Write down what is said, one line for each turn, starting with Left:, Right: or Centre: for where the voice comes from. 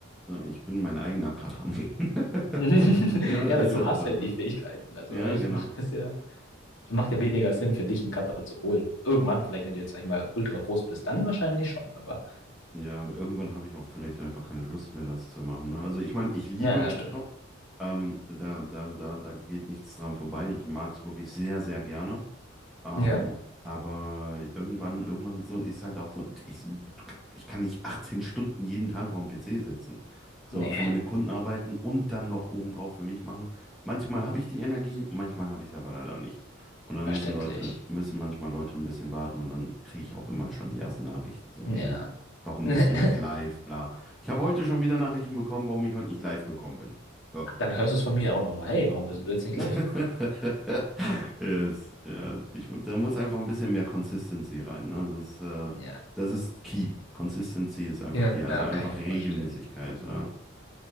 Centre: sondern ich bin mein eigener Cutter. <laughs> <laughs>
Left: <laughs>
Centre: Ja, ist
Left: Ja, weil du
Centre: halt
Left: hast
Centre: so,
Left: ja
Centre: ne?
Left: die Fähigkeiten. Also
Centre: Ja,
Left: eigentlich
Centre: genau.
Left: macht das ja, macht ja weniger Sinn für dich, einen Cutter zu holen. Irgendwann, vielleicht, wenn du jetzt, sag ich mal, ultra groß bist, dann wahrscheinlich schon, aber.
Centre: Ja, irgendwann habe ich auch vielleicht einfach keine Lust mehr, das zu machen. Ne? Also ich meine, ich liebe
Left: Ja,
Centre: meinen
Left: ja, stimmt.
Centre: Job. Ähm, da, da, da, da geht nichts dran vorbei. Ich mag es wirklich sehr, sehr gerne. Ähm,
Left: Ja.
Centre: aber irgendwann, irgendwann so ist halt auch so, ich, ich kann nicht 18 Stunden jeden Tag vorm PC sitzen. So,
Left: Nee,
Centre: für meine Kunden arbeiten und dann noch obendrauf für mich machen. Manchmal habe ich die Energie, manchmal habe ich es aber leider nicht. Und dann
Left: verständlich.
Centre: müssen Leute, müssen manchmal Leute ein bisschen warten und dann kriege ich auch immer schon die ersten Nachrichten. So,
Left: Ja.
Centre: ey, warum
Left: <laughs>
Centre: bist du nicht live? Bla. Ich habe heute schon wieder Nachrichten bekommen, warum ich heute nicht live gekommen bin. So.
Left: Dann hörst du es von mir auch nochmal. Hey, warum bist du jetzt nicht
Centre: <laughs>
Left: live?
Centre: Yes, ja, ich, da muss einfach ein bisschen mehr Consistency rein, ne? Das, äh,
Left: Ja.
Centre: das ist key. Consistency ist einfach
Left: Ja,
Centre: key, also
Left: ja,
Centre: einfach
Left: kann ich mir
Centre: Regelmäßigkeit,
Left: vorstellen.
Centre: ja.